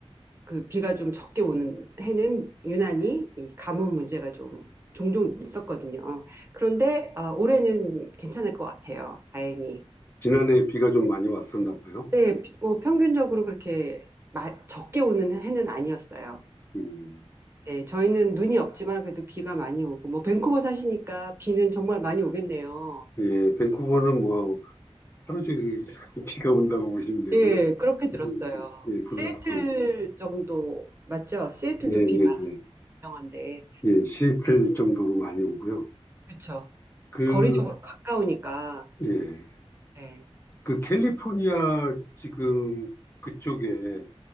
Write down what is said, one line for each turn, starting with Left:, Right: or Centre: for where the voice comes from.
Right: 그 비가 좀 적게 오는 해는 유난히 이 가뭄 문제가 좀 종종 있었거든요. 그런데 아, 올해는 괜찮을 것 같아요. 다행히.
Left: 지난해 비가 좀 많이 왔었나 봐요.
Right: 네, 피- 뭐 평균적으로 그렇게 마- 적게 오는 해는 아니었어요.
Left: 음.
Right: 네, 저희는 눈이 없지만 그래도 비가 많이 오고, 뭐 밴쿠버 사시니까 비는 정말 많이 오겠네요.
Left: 예, 밴쿠버는 뭐 하루 종일 <laughs> 비가 온다고 보시면 되고요.
Right: 예, 그렇게 들었어요.
Left: 부슬부슬, 예, 부슬부슬,
Right: 시애틀 정도 맞죠? 시애틀도
Left: 예, 예,
Right: 비 많이
Left: 예,
Right: 유명한데,
Left: 예, 시애틀 정도로 많이 오고요.
Right: 그쵸?
Left: 그,
Right: 거리적으로 가까우니까,
Left: 예.
Right: 네,
Left: 그 캘리포니아 지금 그쪽에